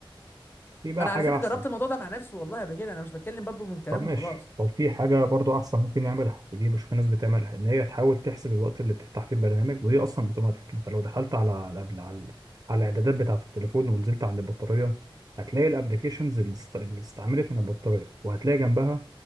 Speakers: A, on the right; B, on the left.
A: في بقى
B: انا
A: حاجه
B: على فكره
A: احسن
B: جربت الموضوع ده مع نفسي والله قبل كده انا مش بتكلم برضو من كلام
A: طب ماشي
B: وخلاص
A: طب في حاجه برضو احسن ممكن نعملها ودي بشوف الناس بتعملها ان هي تحاول تحسب الوقت اللي بتفتح فيه البرنامج ودي اصلا اوتوماتيك انت لو دخلت على قبل على على الاعدادات بتاعه التليفون ونزلت عند البطاريه هتلاقي الابلكيشنز اللي است- اللي استعملت من البطاريه وهتلاقي جنبها